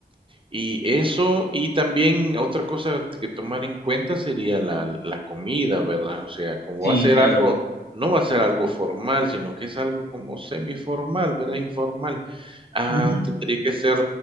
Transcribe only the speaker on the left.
Sí,
claro.
Ujú.